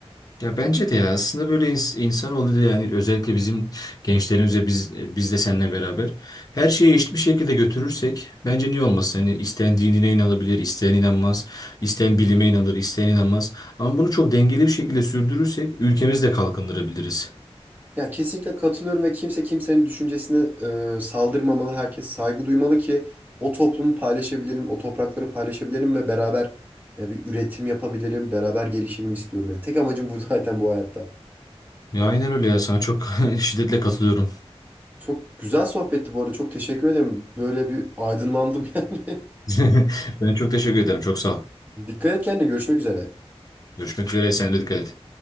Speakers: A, on the left (about 35°); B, on the right (about 15°).
A: Ya bence de ya aslında böyle ins insan oldu yani özellikle bizim gençlerimize biz biz de seninle beraber her şeyi eşit bir şekilde götürürsek bence niye olmasın? Hani isteyen dinine inanabilir, isteyen inanmaz, isteyen bilime inanır, isteyen inanmaz. Ama bunu çok dengeli bir şekilde sürdürürsek ülkemizi de kalkındırabiliriz.
B: Ya kesinlikle katılıyorum ve kimse kimsenin düşüncesine e, saldırmamalı. Herkes saygı duymalı ki o toplumu paylaşabilelim, o toprakları paylaşabilelim ve beraber e, bir üretim yapabilelim, beraber gelişelim istiyorum. Yani tek amacım bu <laughs> zaten bu hayatta.
A: Ya aynen öyle ya sana çok <laughs> şiddetle katılıyorum.
B: Çok güzel sohbetti bu arada. Çok teşekkür ederim. Böyle bir aydınlandım <laughs> yani.
A: <laughs> Ben çok teşekkür ederim. Çok sağ ol.
B: Dikkat et kendine. Görüşmek üzere.
A: Görüşmek üzere. Sen de dikkat et.